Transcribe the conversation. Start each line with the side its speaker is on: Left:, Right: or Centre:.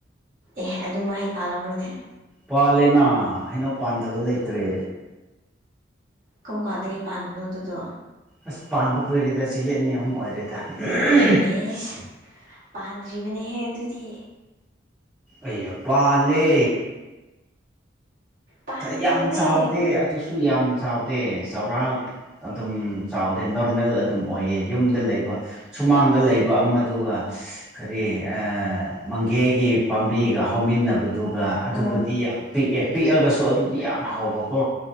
Right: ꯑꯦ ꯑꯗꯨ ꯃꯍꯩ ꯄꯥꯜꯂꯕ꯭ꯔꯣꯅꯦ
Centre: ꯄꯥꯂꯦꯅꯥ ꯍꯩꯅꯧ ꯄꯥꯟꯗꯕ ꯂꯩꯇ꯭ꯔꯦ
Right: ꯀꯔꯝ ꯀꯥꯟꯗꯒꯤ ꯄꯥꯟꯕꯅꯣ ꯑꯗꯨꯗꯣ
Centre: ꯑꯁ ꯄꯥꯟꯕ ꯀꯨꯏꯔꯦꯗ ꯆꯍꯤꯠ ꯑꯅꯤ ꯑꯍꯨꯝ ꯑꯣꯏꯔꯦꯗꯤ ꯎꯍꯨ
Right: ꯑꯦꯁ ꯄꯥꯟꯗ꯭ꯔꯤꯕꯅꯦꯍꯦ ꯑꯗꯨꯗꯤ
Centre: ꯑꯩꯌꯥ ꯄꯥꯜꯂꯦ
Right: ꯄꯥꯟꯗ꯭ꯔꯤꯕꯅꯦ
Centre: ꯌꯥꯝ ꯆꯥꯎꯗꯦ ꯑꯗꯨꯁꯨ ꯌꯥꯝ ꯆꯥꯎꯗꯦ ꯆꯥꯎꯔꯥꯛ꯫ ꯑꯗꯨꯝ ꯆꯥꯎꯗꯦ ꯅꯣꯔꯃꯦꯜ ꯑꯗꯨꯝ ꯑꯣꯏꯌꯦ ꯌꯨꯝꯗ ꯂꯩꯕ꯫ ꯁꯨꯃꯥꯡꯗ ꯂꯩꯕ ꯑꯃꯗꯨꯒ꯫ ꯀꯔꯤ ꯑꯥ ꯃꯪꯒꯤ ꯍꯩꯒꯤ ꯄꯥꯝꯕꯤꯒ ꯍꯧꯃꯤꯟꯅꯕꯗꯨꯒ꯫ ꯑꯗꯨꯕꯨꯗꯤ
Right: ꯑꯥ
Centre: ꯌꯥꯝ ꯄꯤꯛꯑꯦ ꯄꯤꯛꯑꯒꯁꯨ ꯑꯗꯨꯗꯤ ꯌꯥꯝ ꯍꯥꯎꯕꯀꯣ